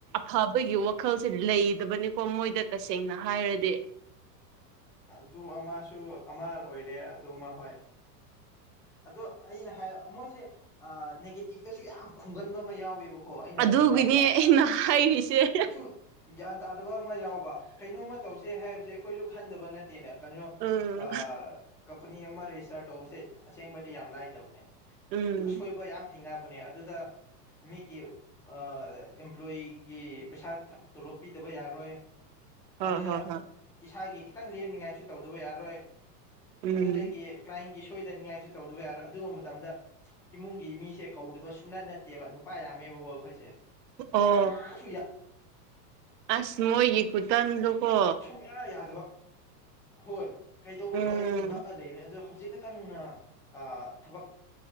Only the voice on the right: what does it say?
ꯐꯕꯒꯤ ꯋꯥꯈꯜꯁꯦ ꯂꯩꯇꯕꯅꯦ ꯃꯣꯏꯗ ꯇꯁꯦꯡꯅ ꯍꯥꯏꯔꯗꯤ꯫
ꯑꯗꯨꯒꯤꯅꯦ
ꯑꯩꯅ ꯍꯥꯏꯔꯤꯁꯦ
ꯎꯝ
ꯎꯝ
ꯍꯣꯏ
ꯍꯣꯏ ꯍꯣꯏ
ꯎꯝ
ꯑꯣ
ꯑꯁ ꯃꯣꯏꯒꯤ ꯈꯨꯇꯟꯗꯣ ꯀꯣ
ꯎꯝ